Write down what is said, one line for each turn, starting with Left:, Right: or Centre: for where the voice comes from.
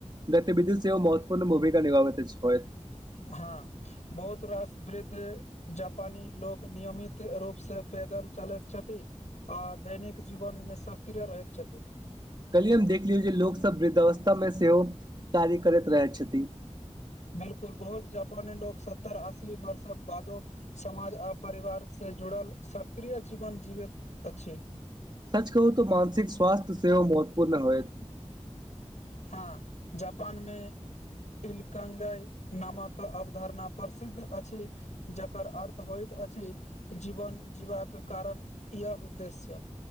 Right: गतिबिधि सेहो महत्वपूर्ण भूमिका निभाबैत छ होयत
Left: हँ बहुत रास वृद्ध जापानी लोक नियमित रूप स पैदल चलैत छथि आ दैनिक जीवन में सक्रिय रहैत छथि
Right: कैलिये हम देख लियौ जे लोकसभ वृद्धावस्था में सेहो कार्य करैत रहेत छथि
Left: बिल्कुल बहुत जापानी लोग सत्तर अस्सी वर्षक बादो समाज आ परिवार से जुड़ल सक्रिय जीवन जीवैत अछि
Right: सच कहू तऽ मानसिक स्वास्थ्य सेहो महत्वपूर्ण होयत
Left: हँ जापान में इलकंगय नामक अवधारणा प्रसिद्ध अछि जकर अर्थ होइत अछि जीवन जीबाक कारण या उद्देश्य